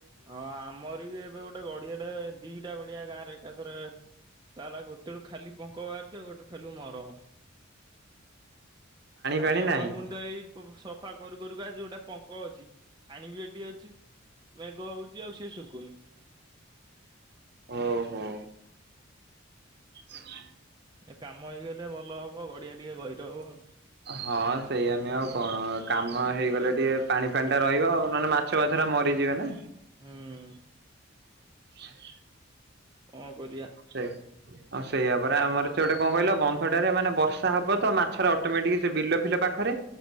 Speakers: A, on the right; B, on the right.
A: ହଁ ଆମର ବି ଏବେ ଗୋଟେ ଗଡ଼ିଆଟେ ଦିଇଟା ଗଡ଼ିଆ ଗାଁରେ ଏକାଥରେ ଶାଲା ଗୋଟେରୁ ଖାଲି ପଙ୍କ ବାହାରୁଛି ଆଉ ଗୋଟେ ଖାଲି ମରମ। ପାଣି
B: ଫାଣି ନାହିଁ
A: <inaudible> ପୁଣି ତ ଏଇ ସଫା କରୁ କରୁ କା ଆଜି ଗୋଟେ ପଙ୍କ ଅଛି, ପାଣି ବି ଏଠି ଅଛି। ମେଘ ହେଉଛି ଆଉ ସିଏ ଶୁଖୁନି।
B: ଓହୋ। ସେଁ <unintelligible>
A: ଏ କାମ ହେଇଗଲେ ଭଲ ହବ, ଗଡିଆ ଟିକେ ଗହିର ହବ ଆଉ।
B: ହଁ ସେଇଆ ନୁହେଁ ଆଉ କଣ କାମ ହେଇଗଲେ ଟିକେ ପାଣି ଫାଣି ଟା ରହିବ ଆଉ ନହେଲେ ମା ଛୁଆଧରା ମରିଯିବେ ନା।
A: ହୁଁ। ହୁଁ।
B: <inaudible>
A: କଣ କରିଆ?
B: ସେ ହଁ ସେଇଆ ପରା ଆମର ସେ ଗୋଟେ କଣ କହିଲ, ବନ୍ଧଟାରେ ମାନେ ବର୍ଷା ହବ ତ ମାଛର ଅଟୋମେଟିକ ସେ ବିଲ ଫିଲ ପାଖ ପାଖରେ